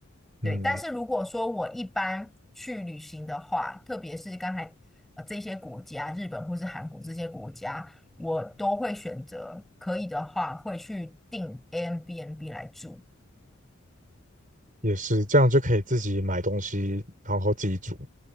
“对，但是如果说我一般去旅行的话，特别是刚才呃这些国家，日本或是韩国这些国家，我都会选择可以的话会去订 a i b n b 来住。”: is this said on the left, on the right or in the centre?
Centre